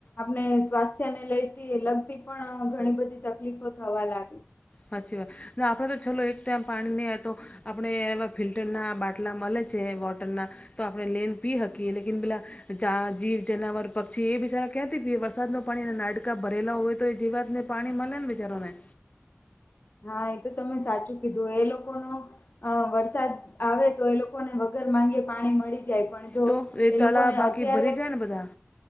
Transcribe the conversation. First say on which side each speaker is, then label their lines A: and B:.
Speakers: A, on the left; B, on the left.
A: આપને સ્વાસ્થ્યને લઈતી લગતી પણ ઘણી બધી તકલીફો થવા લાગે
B: હાચી વાત આપણે તો ચાલો એક ટાઈમ પાણી ની આય તો આપણે ફિલ્ટરના બાટલા મલે છે, વોટરના તો આપણે લેન પી હકીએ લેકીન પેલા જા જીવ જનાવર પક્ષી એ બિચારા કયાતી પીએ વરસાદ ન પાણી અને નાડકા ભરેલા હોય તો એ જે વાતને પાણી મલેન વિચારો ને
A: હા એ તો તમે સાચું કીધું એ લોકોનો અ વરસાદ આવે તો એ લોકોને વગર માંગે પાણી મળી જાય પણ જો
B: તો
A: એ
B: તળાવ
A: લોકોને
B: બાકી
A: અત્યારે
B: ભરી જાય ને બધા